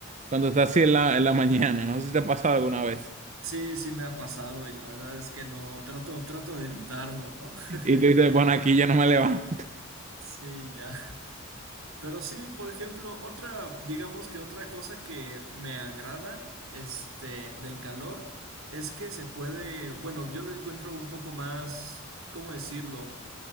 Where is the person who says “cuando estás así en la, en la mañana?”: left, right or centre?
Right